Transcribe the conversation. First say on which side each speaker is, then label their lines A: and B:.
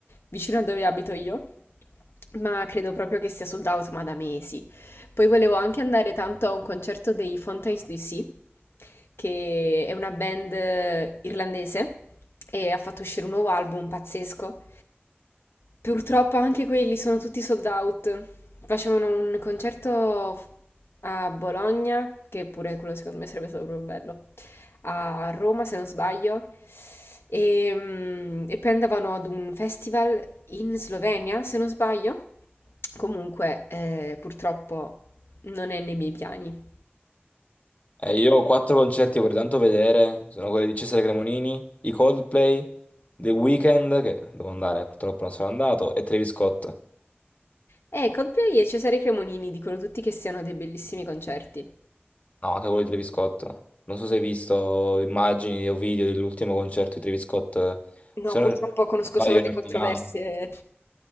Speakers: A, on the left (about 70°); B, on the left (about 35°).
A: vicino a dove abito io, ma credo proprio che sia sold out, ma da mesi. Poi volevo anche andare tanto a un concerto dei Fountains DC, che è una band eh, irlandese e ha fatto uscire un nuovo album pazzesco. Purtroppo anche quelli sono tutti sold out. Facevano un concerto a Bologna, che pure quello secondo me sarebbe stato proprio bello a Roma, se non sbaglio, e, mm, e poi andavano ad un festival in Slovenia, se non sbaglio. Comunque, eh, purtroppo non è nei miei piani.
B: Eh, io ho quattro concerti che vorrei tanto vedere. Sono quelli di Cesare Cremonini, i Coldplay, The Weeknd, che devo andare, purtroppo non sono andato, e Travis Scott. No,
A: Eh, Coldplay e Cesare Cremonini dicono tutti che siano dei bellissimi concerti.
B: anche quello di Travis Scott. Non so se hai visto immagini o video dell'ultimo concerto di Travis Scott.
A: No,
B: Se
A: purtroppo
B: non
A: conosco
B: sbaglio
A: solo le
B: era
A: controversie
B: a Milano.